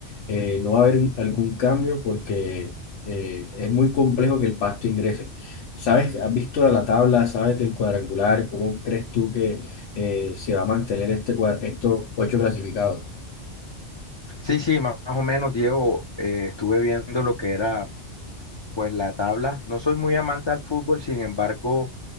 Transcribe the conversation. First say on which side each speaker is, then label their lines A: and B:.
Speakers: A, on the left; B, on the left.
A: Eh, no va a haber un- algún cambio porque eh, es muy complejo que el Pasto ingrese. ¿Sabes? ¿Has visto la tabla? ¿Sabes del cuadrangular? ¿Cómo crees tú que eh, se va a mantener este cuadro, estos ocho clasificados?
B: Sí, sí, más o menos, Diego, eh, estuve viendo lo que era, pues, la tabla. No soy muy amante al fútbol, sin embargo,